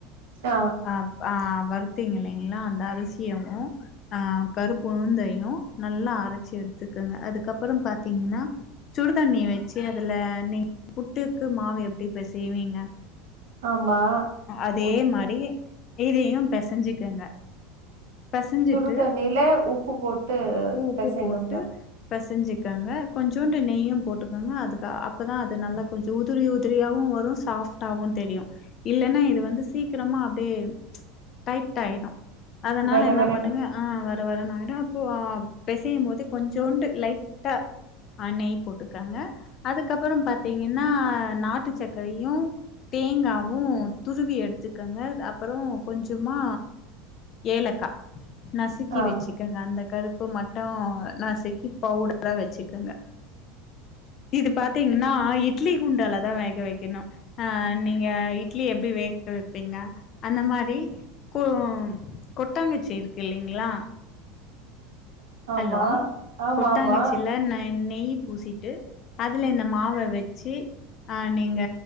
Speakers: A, on the right; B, on the left.
A: ட
B: அப் ஆ வறுத்தீங்க இல்லிங்ளா அந்த அரிசியவு ஆ கருப்பு உளுந்தையு நல்லா அரச்சி எடுத்துக்கங்க அதுக்கப்பறம் பாத்தீங்கன்னா சுடு தண்ணி வெச்சு அதுல நீ புட்டுக்கு மாவு எப் டி இப்ப செய்வீங்க
A: ஆமா
B: அதே
A: ஒ
B: மாரி இதையு பெசஞ்சுக்கங்க பெசஞ்சிட்டு
A: சுடு தண்ணில உப்பு போட்டு
B: பூ உப்பு
A: பெசையணுங்களா
B: போட்டு பெசஞ்சிக்காங்க கொஞ்சோண்டு நெய்யும் போட்டுக்கோங்க அதுக்கு அப்பதான் அது நல்லா கொஞ்சம் உதிரி உ உத்திரியாவும் வரும் சாஃப்டாகவும் தெரியும் இல்லன்னா இது வந்து சீக்கிரமா அப்டியே டைட் ஆய்டும் அதனால
A: வெர
B: என்ன
A: வெரன்னு
B: பண்ணுங்க ஆ வர வரன் ஆய்ரும் அப்போ ஆ பெசையும்போது கொஞ்சோண்டு லைட்டா ஆ நெய் போட்டுக்கங்க அதுக்கப்புறோ பாத்தீங்கன்னா நாட் ட்டு சக்கரையு தேங்காவு துருவி எடுத்துக்கங்க அப் ப்றோ கொஞ்சமா ஏலக்கா நசிக்கி
A: ஆ
B: வெச்சுக் கங்க அந்த கருப்பு மட்டு நாசிக்கி பவுடரா வெச்சுக்கங்க இது பாத்தீங்கன்னா இட்லி குண்டாலதா வேக வெக்கணு ஆ நீங்க இட்லி எப்டி வேக வெப் ப்பிங்க அந்த மாரி கோ கொட்டாங்குச்சி இருக்கு இல்லிங்ளா
A: ஆமா
B: ஹலோ
A: ஆமா
B: கொட்டாங்குச்சில
A: ஆமா
B: நெ நெய் பூசி டு அதுல இந்த மாவ வெச்சி ஆ நீங்க